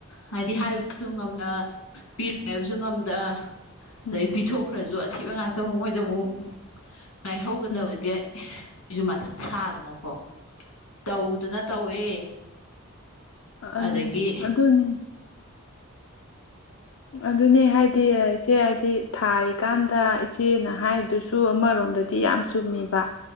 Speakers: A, on the left; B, on the left.
A: ꯍꯥꯏꯗꯤ ꯍꯥꯏ
B: ꯎꯝ
A: ꯄꯤꯔꯣꯏ ꯍꯥꯏꯕꯁꯨ ꯉꯝꯗ꯭ꯔ
B: ꯎꯝ
A: ꯑꯗꯩ ꯄꯤꯊꯣꯛꯈ꯭ꯔꯁꯨ ꯊꯤꯕ ꯉꯥꯛꯇ ꯑꯃꯨꯛ ꯃꯣꯏꯗ ꯑꯃꯨꯛ ꯉꯥꯏꯍꯧꯒꯗꯕꯒꯤ
B: ꯎꯝ
A: ꯃꯤꯁꯨ ꯃꯊꯥ ꯁꯥꯗꯅ ꯀꯣ ꯇꯧꯗꯅ ꯇꯧꯋꯦ
B: ꯑ
A: ꯑꯗꯒꯤ
B: ꯑꯗꯨꯗꯅꯦ ꯑꯗꯨꯅꯦ ꯍꯥꯏꯗꯤ ꯏꯆꯦ ꯍꯥꯏꯗꯤ ꯊꯥꯔꯤꯀꯥꯟꯗ ꯏꯆꯦꯅ ꯍꯥꯏꯔꯤꯗꯨꯁꯨ ꯑꯃꯔꯣꯝꯗꯗꯤ ꯌꯥꯝ ꯆꯨꯝꯃꯤꯕ